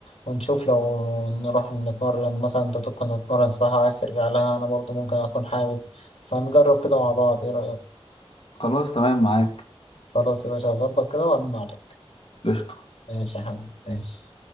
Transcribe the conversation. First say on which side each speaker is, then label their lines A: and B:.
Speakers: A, on the left (about 80°); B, on the left (about 65°).
A: ونشوف لو نروح نتمرن مثلا انت كنت بتتمرن سباحه وعايز ترجع لها انا برضو ممكن اكون حابب فنجرب كده مع بعض ايه رايك
B: خلاص تمام معاك
A: خلاص يا باشا هظبط كده وارن عليك
B: قشطه
A: ماشي يا حبيبي ماشي